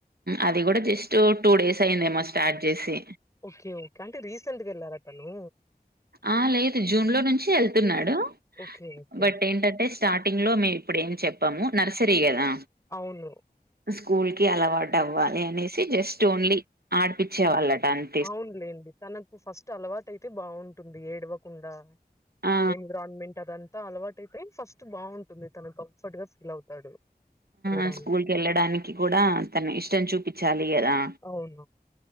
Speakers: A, on the right; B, on the left.
A: అది కూడా జస్ట్ టూ డేస్ అయిందేమో స్టార్ట్ చేసి
B: ఓకే ఓకే అంటే రీసెంట్ గా వెళ్ళారా తను
A: ఆ లేదు జూన్ లో నుంచి వెళ్తున్నాడు
B: ఓకే ఓకే
A: బట్ ఏంటంటే స్టార్టింగ్ లో మేము ఇప్పుడు ఏం చెప్పము నర్సరీ కదా
B: అవును
A: స్కూల్ కి అలవాటు అవ్వాలి అనేసి జస్ట్ ఓన్లీ ఆడిపిచ్చే వాళ్ళట అని
B: అవునులేండి తనకు ఫస్ట్ అలవాటు అయితే బాగుంటుంది ఏడవకుండా
A: ఆ!
B: ఎన్విరాన్మెంట్ అదంతా అలవాటు అయితే ఫస్ట్ బాగుంటుంది తన కంఫర్ట్ గా ఫీల్ అవుతాడు వెళ్ళడానికి
A: ఆ స్కూల్ కి వెళ్ళడానికి కూడా తన ఇష్టం చూపించాలి కదా
B: అవును